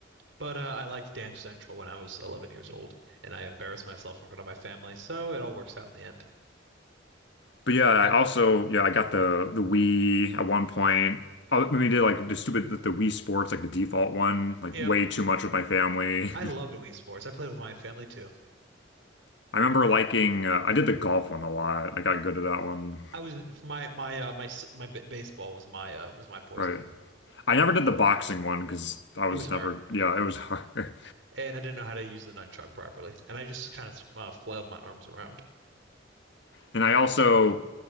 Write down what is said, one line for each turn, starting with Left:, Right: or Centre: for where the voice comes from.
Right: But uh, I liked Dance Central when I was 11 years old, and I embarrassed myself in front of my family, so it all works out in the end.
Left: But yeah, I
Right: The,
Left: also yeah I got the the Wii at one point. I I mean, we did like the stupid the, the Wii Sports like the default one like
Right: yep.
Left: way too much with my family.
Right: I loved Wii Sports. I played with my family too.
Left: <laughs> I remember liking uh, I did the golf one a lot. I got good at that one.
Right: I was my my uh my my b baseball was my uh was my poison.
Left: Right. I never did the boxing one because I was
Right: It was hard,
Left: never yeah it was hard. <laughs>
Right: and I didn't know how to use the nunchuck properly, and I just kind of uh, flailed my arms around.
Left: And I also